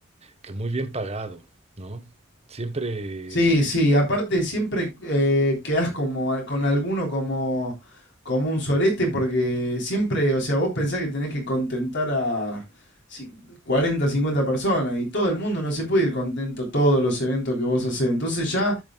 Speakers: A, on the right; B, on the left.
A: que muy bien pagado, ¿no? Siempre,
B: Sí, sí, aparte siempre eh, quedás como, al- con alguno como, como un sorete, porque siempre, o sea, vos pensás que tenés que contentar a ci- 40, 50 personas y todo el mundo no se puede ir contento a todos los eventos que vos hacés. Entonces ya